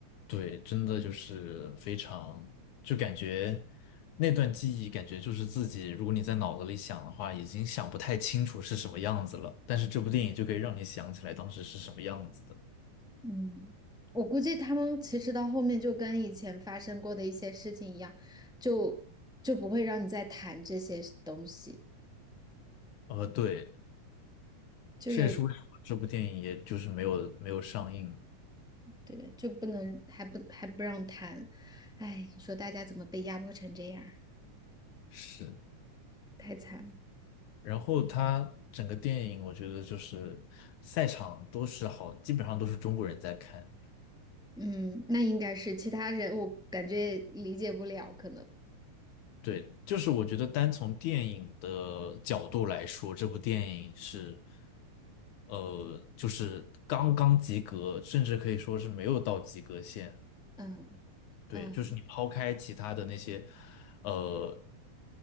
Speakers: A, on the left; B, in the centre.
A: 对，真的就是非常，就感觉那段记忆，感觉就是自己，如果你在脑子里想的话，已经想不太清楚是什么样子了。但是这部电影就可以让你想起来当时是什么样子的。
B: 嗯，我估计他们其实到后面就跟以前发生过的一些事情一样，就就不会让你再谈这些东西，
A: 呃，对，
B: 就有，
A: 这也是为什么这部电影也就是没有没有上映。
B: 对，就不能还不还不让谈，哎，你说大家怎么被压迫成这样儿
A: 是，
B: 太惨了。
A: 然后它整个电影，我觉得就是赛场都是好，基本上都是中国人在看。
B: 嗯，那应该是其他人，我感觉理解不了，可能，
A: 对，就是我觉得单从电影的角度来说，这部电影是，呃，就是刚刚及格，甚至可以说是没有到及格线。
B: 嗯嗯
A: 对，就是你抛开其他的那些，呃，